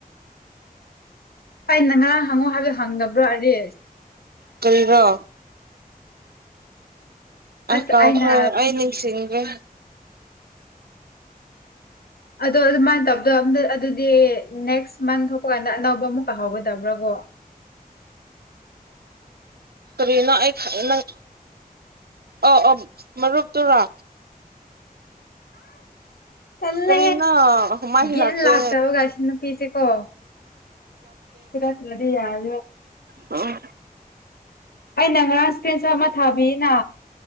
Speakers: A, on the left (about 80°); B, on the right (about 85°).
A: ꯑꯩꯅ ꯉꯔꯥꯡ ꯍꯪꯉꯣ ꯍꯥꯏꯕꯗꯣ ꯍꯪꯗꯕ꯭ꯔꯣ ꯑꯔꯦꯁ
B: ꯀꯔꯥ ꯑ
A: ꯑꯁ
B: ꯀꯥꯎꯈꯣꯏ
A: ꯑꯩꯅ
B: ꯑꯩ ꯅꯤꯡꯁꯤꯡ꯭ꯔꯦ
A: ꯑꯗꯣ ꯑꯗꯨꯃꯥꯏꯅ ꯇꯧꯗꯣ ꯑ ꯑꯗꯨꯗꯤ ꯅꯦꯛꯁ ꯃꯟ ꯊꯣꯛ ꯀꯥꯟꯗ ꯑꯅꯧꯕ ꯑꯃꯨꯛꯀ ꯍꯧꯥꯎꯒꯗꯕ꯭ꯔꯥ ꯀꯣ
B: ꯀꯔꯤꯅꯣ ꯑꯩ ꯅꯪ ꯑ ꯑ ꯃꯔꯨꯞꯇꯨꯔꯥ
A: ꯇꯜꯂ
B: ꯀꯔꯤꯅꯣ
A: ꯍꯦ
B: ꯃꯥꯏ
A: ꯒ
B: ꯂꯥꯛꯇꯦ
A: ꯒꯤꯟ ꯂꯥꯛꯇꯕꯒꯁꯤꯅ ꯄꯤꯤꯁꯦꯀꯣ ꯈꯨꯗ ꯌꯥ
B: ꯑ
A: ꯑꯩꯅ ꯉꯔꯥꯡꯥꯁ ꯄꯦꯟꯁ ꯑꯃ ꯊꯥꯕꯤꯅ